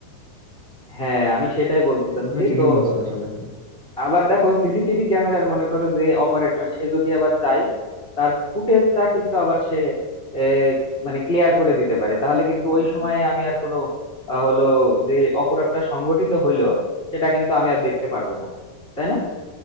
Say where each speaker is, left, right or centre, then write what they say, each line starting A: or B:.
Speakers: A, on the left; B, on the left.
A: হ্যাঁ আমি সেটাই বলতে চাচ্ছি
B: তুমি ঠিকই
A: তো
B: বলছো আসলে
A: আবার দেখো সিসিটিভি ক্যামেরার মনে করো যে অপারেটর সে যদি আবার চাই তার ফুটেজটা কিন্তু আবার সে এ, মানে ক্লিয়ার করে দিতে পারে তাহলে কিন্তু ওই সময়ে আমি আর কোনো আহ, হলো যে অপরাধটা সংগঠিত হইলো সেটা কিন্তু আমি আর দেখতে পারবো না তাই না